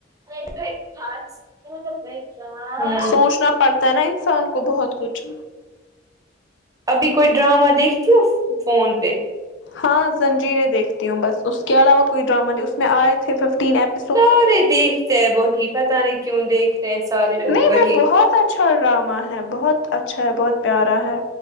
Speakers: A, on the right; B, on the left.
A: نہیں تو ایک خاس کر ایک <unintelligible>
B: سوچنا پڑتا ہے نا انسان کو بہت کچھ
A: ابھی کوئی ڈرامہ دیکھتی ہو فون پہ
B: ہاں زنجیریں دیکھتی ہوں بس اس کے علاوہ کوئی ڈرامہ نہیں اس میں آئے تھے ففٹین اپ
A: سارے دیکھتے ہیں وہی پتاہ نہیں کیوں دیکھ رہے ہیں سارے لوگ
B: نہیں
A: وہی
B: وہ بہت اچھا ڈرامہ ہے بہت اچھا ہے بہت پیارا ہے